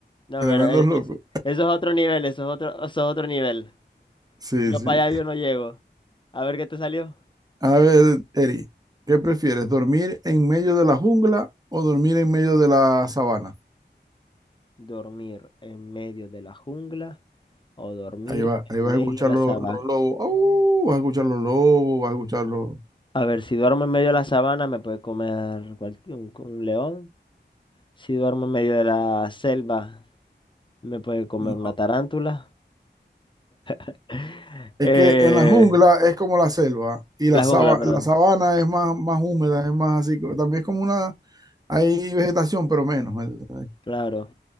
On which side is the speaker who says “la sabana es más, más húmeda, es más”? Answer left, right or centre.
Right